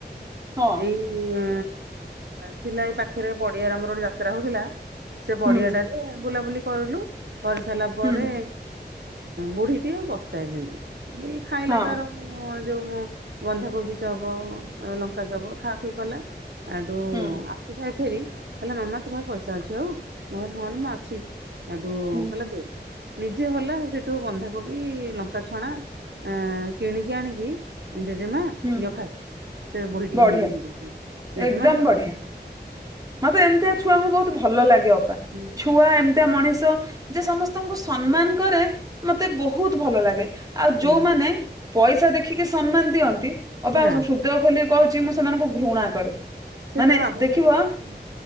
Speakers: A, on the right; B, on the right.
A: ହଁ
B: ଏଇ ଉଁ ଥିଲା ଏଇ ପାଖରେ ପଡିଆରେ ଆମର ଗୋଟେ ଯାତ୍ରା ହଉଥିଲା ସେ ପଡିଆଟାରେ
A: ହୁଁ
B: ବୁଲାବୁଲି କରିଲୁ କରିସାରିଲା ପରେ
A: ହୁଁ।
B: ବୁଢୀ ଟିଏ ବସ ଥାଏ ସେମିତି <unintelligible> ଖାଇଲା
A: ହଁ
B: ତାର ଉଁ ଯୋଉ ମୋ ବନ୍ଧାକୋବି ଚପ ଲଙ୍କା ଚପ ଖା ଖୁଇ କଲା। ଆଡୁ
A: ହୁଁ
B: ଆସିଥାଏ ଫେରି କହିଲା ମାମା ତୋ ପାଖେ ପଇସା ଅଛି ଆଉ ମୁଁ କହିଲି ହଁ ରେ ମା ଅଛି। ଏଡୁ
A: ହୁଁ
B: କହିଲେ ନିଜେ ଗଲା ସେଠୁ ବନ୍ଧାକୋବି ଲ ଙ୍କା ଛଣା କିଣିକି ଆଣିକି ଜେଜେମା
A: ହୁଁ
B: ନିଅ ଖାଇ ସେ ବୁଢୀ ଟିକି
A: ବଢିଆ
B: ନେଇକି ଦେଇ ଦେଇକି ଆଇଲା ଜେଜେମା
A: ଏକଦମ
B: ନିଅ
A: ବଢିଆ
B: ଖାଇବ।
A: ମତେ ଏମିତିଆ ଛୁଆଙ୍କୁ ବହୁତ ଭଲ ଲାଗେ ଅପା
B: ହୁଁ
A: ଛୁଆ ଏମ୍‌ତିଆ ମଣିଷ ଯେ ସମସ୍ତଙ୍କୁ ସମ୍ମାନ କରେ ମତେ ବହୁତ ଭଲ ଲାଗେ ଆଉ
B: ହୁଁ
A: ଯୋଉମାନେ ପଇସା ଦେଖିକି ସମ୍ମାନ ଦିଅନ୍ତି ଅପା
B: ନା
A: ହୃଦୟ ଖୋଲିକି କହୁଛି ମୁଁ ସେମାନଙ୍କୁ ଘୃଣା କରେ
B: ସେ
A: ମାନେ
B: ତା ବାବା
A: ଦେଖିବ
B: ଭଳିଆ ଅଛି ଆଉ